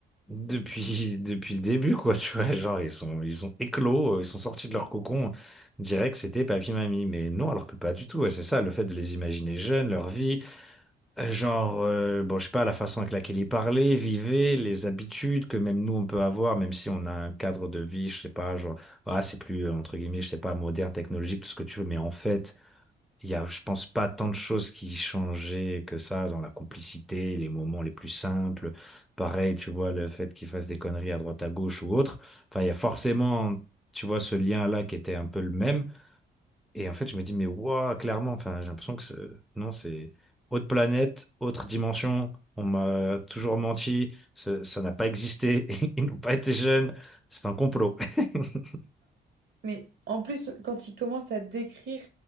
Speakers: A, in the centre; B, on the right.
A: depuis <laughs> depuis le début quoi. Tu vois, genre ils sont ils ont éclos, euh, ils sont sortis de leur cocon. On dirait que c'était papy mamie, mais non, alors que pas du tout. Ouais, c'est ça, le fait de les imaginer jeunes, leur vie. Euh, Genre, euh, bon, je sais pas, la façon avec laquelle il parlait, vivait, les habitudes que même nous on peut avoir, même si on a un cadre de vie, je sais pas, genre, ah, c'est plus, euh, entre guillemets, je sais pas, moderne, technologique, tout ce que tu veux, mais en fait, il y a, je pense pas tant de choses qui changeaient que ça dans la complicité, les moments les plus simples. Pareil, tu vois, le fait qu'il fasse des conneries à droite, à gauche ou autre. Enfin, il y a forcément, tu vois, ce lien-là qui était un peu le même. Et en fait, je me dis, mais waouh, clairement, enfin, j'ai l'impression que c'est- non, c'est autre planète, autre dimension. On m'a toujours menti, ça ça n'a pas existé, <laughs> ils n'ont pas été jeunes, c'est un complot. <laughs>
B: Mais en plus, quand ils commencent à décrire